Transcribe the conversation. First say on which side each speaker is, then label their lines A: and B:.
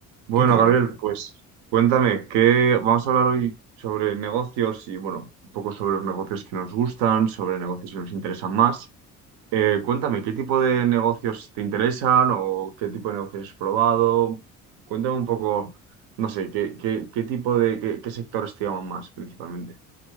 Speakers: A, on the right; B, on the right.
A: Bueno,
B: ¿Qué tal,
A: Gabriel,
B: Gonzalo?
A: pues cuéntame, ¿qué vamos a hablar hoy sobre negocios y, bueno, un poco sobre los negocios que nos gustan, sobre negocios que nos interesan más? Eh, cuéntame, ¿qué tipo de negocios te interesan o qué tipo de negocios has probado? Cuéntame un poco, no sé, ¿qué, qué, qué tipo de, qué, qué sectores te llaman más principalmente?